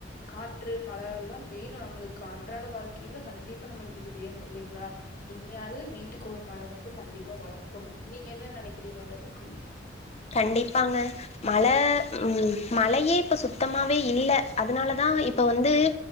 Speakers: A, on the left (about 50°); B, on the left (about 35°).
A: காற்று மழ எல்லாம் வேணு நம்மளுக்கு அன்றாட வாழ்கையில கண்டிப்பா நம்மளுக்கு இது வேணு இல்லைங்களா இனியாது வீட்டுக்கு ஒரு மரோ வந்து கண்டிப்பா வளர்க்கணு நீங்க என்ன நெனைக்கிறீங்க அத பத்தி
B: கண்டிப்பாங்க மழ ம் மழையே இப்ப சுத்தமாவே இல்ல அதுனாலதா இப்ப வந்து